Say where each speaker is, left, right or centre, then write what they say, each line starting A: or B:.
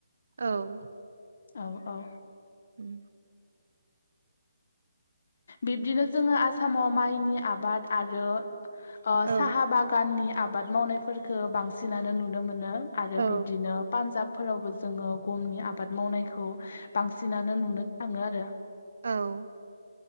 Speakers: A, on the right (about 50°); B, on the left (about 40°).
A: औ
B: औ औ
A: ओम
B: बिब्दिनो जोङो आसामाव माइनि आबाद आरो ओ
A: औ
B: साहा बागाननि आबाद मावनायफोरखौ बांसिनानो नुनो मोनो। आरो
A: औ
B: बिब्दिनो पान्जाब फोरावबो जोङो गमनि आबाद मावनायखौ बांसिनानो नुनो थाङो आरो
A: औ।